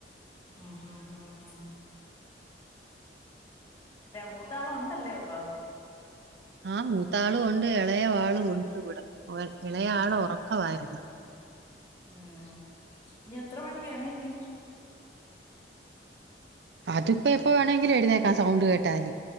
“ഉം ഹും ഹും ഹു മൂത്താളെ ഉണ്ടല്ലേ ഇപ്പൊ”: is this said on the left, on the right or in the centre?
Left